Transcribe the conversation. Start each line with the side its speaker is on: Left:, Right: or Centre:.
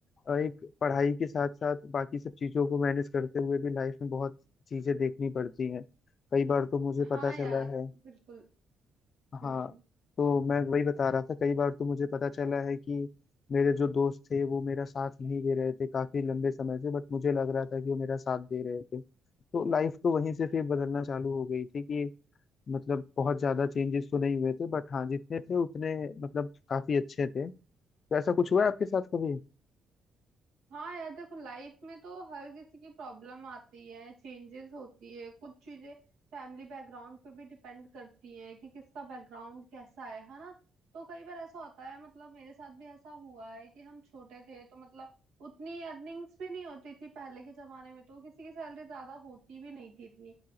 Left: अ, एक पढ़ाई के साथ साथ बाकी सब चीजों को मैनेज करते हुए भी लाइफ में बहुत चीजें देखनी पड़ती हैं कई बार तो मुझे
Right: हाँ
Left: पता चला
Right: यार
Left: है
Right: बिल्कुल हम्म
Left: हाँ तो मैं वही बता रहा था कई बार तो मुझे पता चला है कि मेरे जो दोस्त थे वो मेरा साथ नहीं दे रहे थे काफी लंबे समय से बट मुझे लग रहा था कि वो मेरा साथ दे रहे थे तो लाइफ तो वहीं से फिर बदलना चालू हो गई थी कि मतलब बहुत ज्यादा चेंजेस तो नहीं हुए थे बट हाँ जितने थे उतने मतलब काफी अच्छे थे तो ऐसा कुछ हुआ है आपके साथ कभी
Right: हाँ यार देखो लाइफ में तो हर किसी की प्रॉब्लम आती है चेंजेस होती है कुछ चीजें फैमिली बैकग्राउंड पे भी डिपेंड करती हैं कि किसका बैकग्राउंड कैसा है है ना तो कई बार ऐसा होता है मतलब मेरे साथ भी ऐसा हुआ है कि हम छोटे थे तो मतलब उतनी अर्निंग्स भी नहीं होती थी पहले के जमाने में तो किसी की सैलरी ज्यादा होती भी नहीं थी इतनी